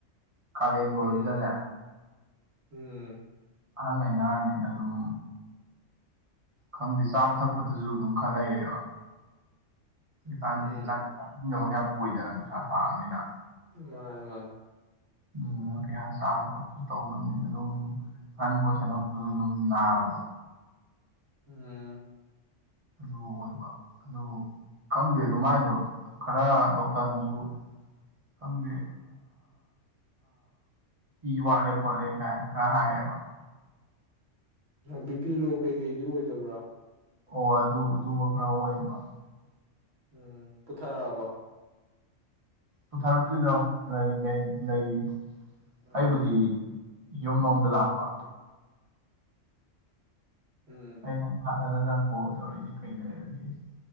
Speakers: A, on the right; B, on the right.
A: ꯀꯜꯦꯟꯕꯕꯤꯅꯅꯦ
B: ꯎꯝ ꯎꯝ
A: ꯑꯍꯜ ꯂꯩꯅꯥꯔꯕꯅꯤꯅ ꯑꯗꯨꯝ ꯈꯪꯗꯦ ꯆꯥꯕ ꯊꯛꯄꯗꯁꯨ ꯑꯗꯨꯝ ꯈꯔ ꯂꯩꯔꯦꯕ ꯀꯥꯟ
B: ꯎꯝ
A: ꯆꯥꯟꯕꯒ ꯑꯣꯏꯗꯅ ꯅꯨꯡꯁꯥ ꯁꯥꯅꯤꯅ
B: ꯃꯥꯥꯟ ꯃꯥꯥꯟ
A: ꯑꯗꯨꯗꯨꯅ ꯀꯌꯥ ꯆꯥꯕ ꯈꯣꯠꯄꯁꯨ ꯇꯧꯗꯕꯅꯤꯅ ꯑꯗꯨꯝ ꯑꯟꯕ ꯑꯣꯏꯁꯜꯂꯛꯄꯁꯨ ꯑꯗꯨꯝ ꯅꯥꯕꯗꯣ
B: ꯑꯝ
A: ꯑꯗꯨ ꯑꯣꯏꯕ ꯑꯗꯨ ꯈꯪꯗꯦ ꯑꯗꯨ ꯃꯥꯏꯗꯣ ꯈꯔ ꯗꯣꯛꯇꯔꯅꯁꯨ ꯈꯪꯗꯦ ꯏ ꯋꯥꯠꯂꯦ ꯈꯣꯠꯂꯦ ꯀꯥꯏꯅ ꯈꯔ ꯍꯥꯏꯌꯦꯕ
B: ꯕꯤꯄꯤꯤ ꯂꯣ ꯀꯩꯀꯩꯗꯤ ꯑꯣꯏꯗꯕ꯭ꯔꯥ
A: ꯑꯣ ꯑꯗꯨ ꯑꯗꯨꯒ ꯈꯔ ꯑꯣꯏꯌꯦꯕ
B: ꯎꯝ ꯄꯨꯊꯔꯛꯑꯕ
A: ꯄꯨꯊꯔꯛꯇꯣꯏꯗꯣ ꯂꯩ ꯂꯩ ꯂꯩꯔꯤ
B: ꯎꯝ
A: ꯑꯩꯕꯗꯤ ꯌꯨꯝ ꯃꯝꯗ ꯂꯥꯛꯄ
B: ꯎꯝ
A: ꯑꯩ ꯍ ꯅꯪ ꯀꯣꯜ ꯇꯧꯔꯛꯏꯁꯦ ꯀꯩ ꯂꯩꯔꯒꯦꯁꯦ